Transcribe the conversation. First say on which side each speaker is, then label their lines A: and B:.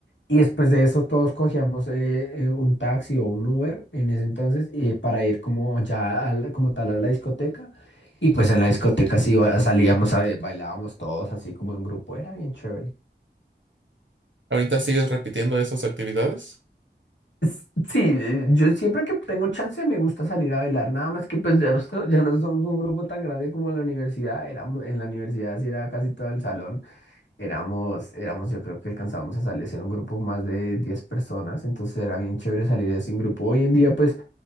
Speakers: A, on the left (about 80°); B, on the right (about 85°).
A: Y después de eso todos cogíamos eh, eh, un taxi o un Uber en ese entonces y para ir como ya al- como tal a la discoteca. Y pues en la discoteca sí iba- salíamos, a, bailábamos todos así como en grupo, era bien chévere.
B: ¿Ahorita sigues repitiendo esas actividades?
A: S- Sí, eh, yo siempre que tengo chance me gusta salir a bailar, nada más que pues ya no, esto- ya no somos un grupo tan grande como en la universidad, éramos, en la universidad sí era casi todo el salón, éramos, éramos yo creo que alcanzábamos a salir, ser un grupo más de 10 personas, entonces era bien chévere salir así en grupo. Hoy en día pues